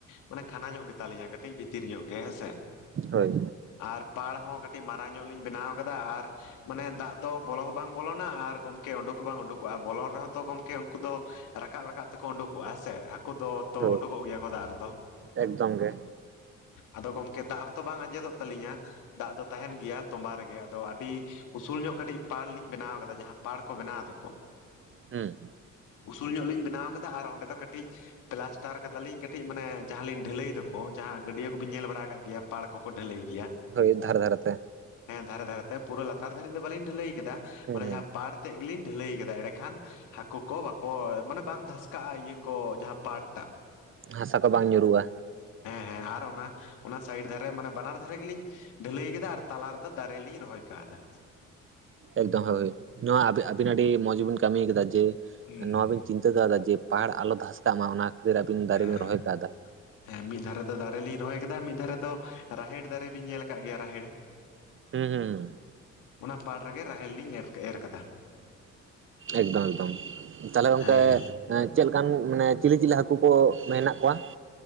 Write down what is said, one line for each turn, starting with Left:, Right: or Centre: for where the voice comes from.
Left: ᱢᱟᱱᱮ ᱠᱷᱟᱱᱟ ᱧᱚᱜ ᱜᱮᱛᱟᱞᱤᱧᱟ ᱠᱟᱹᱴᱤᱡ ᱵᱷᱤᱛᱤᱨ ᱧᱚᱜ ᱜᱮ ᱦᱮᱸᱥᱮ
Right: ᱦᱳᱭ
Left: ᱟᱨ ᱯᱟᱲ ᱦᱚᱸ ᱠᱟᱹᱴᱤᱡ ᱢᱟᱨᱟᱝ ᱧᱚᱜ ᱞᱤᱧ ᱵᱮᱱᱟᱣ ᱟᱠᱟᱫᱟ ᱟᱨ ᱢᱟᱱᱮ ᱫᱟᱜ ᱫᱚ ᱵᱚᱞᱚ ᱦᱚᱸ ᱵᱟᱝ ᱵᱚᱞᱚᱱᱟ ᱟᱨ ᱜᱚᱢᱠᱮ ᱩᱰᱩᱠ ᱦᱚᱸ ᱵᱟᱝ ᱩᱰᱩᱠᱚᱜᱼᱟ ᱵᱚᱞᱚᱱ ᱨᱮᱦᱚᱸ ᱛᱚ ᱜᱚᱢᱠᱮ ᱩᱱᱠᱩ ᱫᱚ ᱨᱟᱠᱟᱵ ᱨᱟᱠᱟᱵ ᱛᱮᱠᱚ ᱩᱰᱩᱠᱚᱜᱼᱟ ᱦᱮᱸ ᱥᱮ ᱦᱟᱹᱠᱩ ᱫᱚ ᱛᱚ
Right: ᱦᱳᱭ
Left: ᱩᱰᱩᱠᱚᱜ ᱜᱮᱭᱟ ᱠᱚ ᱫᱟᱜ ᱨᱮᱫᱚ
Right: ᱮᱠᱫᱚᱢ ᱜᱮ
Left: ᱟᱫᱚ ᱜᱚᱢᱠᱮ ᱫᱟᱜ ᱦᱚᱸᱛᱚ ᱵᱟᱝ ᱟᱸᱡᱮᱫᱚᱜ ᱛᱟᱹᱟᱞᱤᱧᱟ ᱫᱟᱜ ᱫᱚ ᱛᱟᱦᱮᱱ ᱜᱮᱭᱟ ᱛᱚᱸᱵᱟ ᱨᱮᱜᱮ ᱟᱫᱚ ᱟᱹᱰᱤ ᱩᱥᱩᱞ ᱧᱚᱜ ᱠᱟᱹᱴᱤᱡ ᱯᱟᱲ ᱞᱤᱧ ᱵᱮᱱᱟᱣ ᱠᱟᱫᱟ ᱡᱟᱦᱟᱸ ᱯᱟᱲ ᱠᱚ ᱵᱮᱱᱟᱣ ᱫᱚᱠᱚ
Right: ᱦᱩᱸ
Left: ᱩᱥᱩᱞ ᱧᱚᱜ ᱞᱤᱧ ᱵᱮᱱᱟᱣ ᱟᱠᱟᱫᱟ ᱟᱨ ᱚᱸᱰᱮ ᱫᱚ ᱠᱟᱹᱴᱤᱡ ᱯᱞᱟᱥᱴᱟᱨ ᱠᱟᱫᱟᱞᱤᱧ ᱠᱟᱹᱴᱤᱡ ᱢᱟᱱᱮ ᱡᱟᱦᱟᱸᱞᱤᱧ ᱰᱷᱟᱹᱞᱟᱹᱭ ᱫᱚ ᱠᱚ ᱡᱟᱦᱟᱸ ᱜᱟᱹᱰᱭᱟᱹ ᱠᱚᱵᱤᱱ ᱧᱮᱞ ᱵᱟᱲᱟ ᱠᱟᱜ ᱜᱮᱭᱟ ᱯᱟᱲ ᱠᱚᱠᱚ ᱰᱷᱟᱹᱞᱟᱹᱭ ᱜᱮᱭᱟ
Right: ᱦᱳᱭ ᱫᱷᱟᱨᱮ ᱫᱷᱟᱨᱮᱛᱮ
Left: ᱦᱮᱸ ᱫᱷᱟᱨᱮ ᱫᱷᱟᱨᱮ ᱛᱮ ᱯᱩᱨᱟᱹ ᱞᱟᱛᱟᱨ ᱫᱷᱟᱨᱟᱹᱨᱤᱡ ᱫᱚ ᱵᱟᱞᱤᱧ ᱰᱷᱟᱹᱟᱹᱭ ᱠᱮᱫᱟ
Right: ᱦᱩᱸ
Left: ᱚᱱ
Right: ᱦᱩᱸ
Left: ᱡᱟᱦᱟᱸ ᱯᱟᱟᱲ ᱛᱮᱫᱜ ᱜᱮᱞᱤᱧ ᱰᱷᱟᱹᱞᱟᱹᱭ ᱠᱟᱫᱟ ᱠᱷᱟᱱ ᱦᱟᱹᱠᱩ ᱠᱚ ᱵᱟᱠᱚ ᱢᱟᱱᱮ ᱵᱟᱝ ᱫᱷᱟᱥᱠᱟᱜᱼᱟ ᱤᱭᱟᱹ ᱠᱚ ᱡᱟᱦᱟᱸ ᱯᱟᱨᱴᱟᱜ
Right: ᱦᱟᱥᱟ ᱠᱚ ᱵᱟᱝ ᱧᱩᱨᱩᱜᱼᱟ
Left: ᱦᱮᱸ ᱦᱮᱸ ᱟᱨ ᱚᱱᱟ ᱚᱱᱟ ᱥᱟᱭᱤᱰ ᱫᱷᱟᱨᱮ ᱢᱟᱱᱮ ᱵᱟᱱᱟᱨ ᱫᱷᱟᱨᱮ ᱜᱮᱞᱤᱧ ᱰᱷᱟᱹᱞᱟᱹᱭ ᱠᱮᱫᱟ ᱟᱨ ᱛᱟᱞᱟ ᱨᱮᱫᱚ ᱫᱟᱨᱮ ᱞᱤᱧ ᱨᱚᱦᱚᱭ ᱠᱟᱣᱫᱟ
Right: ᱮᱠᱫᱚᱢ ᱦᱳᱭ ᱱᱚᱣᱟ ᱟᱹᱵᱤᱱ ᱟᱹᱰᱤ ᱢᱚᱡᱽ ᱵᱤᱱ ᱠᱟᱹᱢᱤ ᱠᱟᱫᱟ ᱡᱮ
Left: ᱦᱩᱸ ᱦᱩᱸ
Right: ᱱᱚᱣᱟᱵᱤᱱ ᱪᱤᱱᱛᱟᱹ ᱠᱟᱣᱫᱟ ᱡᱮ ᱯᱟᱲ ᱟᱞᱚ ᱫᱷᱟᱥᱠᱟᱜ ᱢᱟ ᱚᱱᱟ ᱠᱷᱟᱹᱛᱤᱨ ᱟᱵᱤᱱ ᱫᱟᱨᱮ
Left: ᱦᱮᱸ
Right: ᱵᱤᱱ
Left: ᱦᱮᱸ
Right: ᱨᱚᱦᱚᱭ ᱠᱟᱣᱫᱟ
Left: ᱦᱮᱸ ᱢᱤᱫ ᱫᱷᱟᱨᱮ ᱫᱚ ᱫᱟᱨᱮ ᱞᱤᱧ ᱨᱚᱦᱚᱭ ᱠᱮᱫᱟ ᱢᱤᱫ ᱫᱷᱟᱨᱮ ᱫᱚ ᱨᱟᱦᱮᱲ ᱫᱟᱨᱮ ᱵᱤᱱ ᱧᱮᱞ ᱠᱟᱫ ᱜᱮᱭᱟ ᱨᱟᱦᱮᱲ
Right: ᱦᱩᱸ ᱦᱩᱸ ᱦᱩᱸ
Left: ᱚᱱᱟ ᱯᱟᱲ ᱨᱮᱜᱮ ᱨᱟᱦᱮᱞ ᱞᱤᱧ ᱮᱨ, ᱮᱨ ᱠᱟᱫᱟ
Right: ᱮᱠᱫᱚᱢ ᱮᱠᱫᱚᱢ ᱛᱟᱦᱚᱞᱮ ᱜᱚᱝᱠᱮ
Left: ᱦᱮᱸ
Right: ᱪᱮᱫ ᱞᱮᱠᱟᱱ ᱢᱟᱱᱮ ᱪᱤᱞᱤ ᱪᱤᱞᱤ ᱦᱟᱹᱠᱩ ᱠᱚ ᱢᱮᱱᱟᱜ ᱠᱚᱣᱟ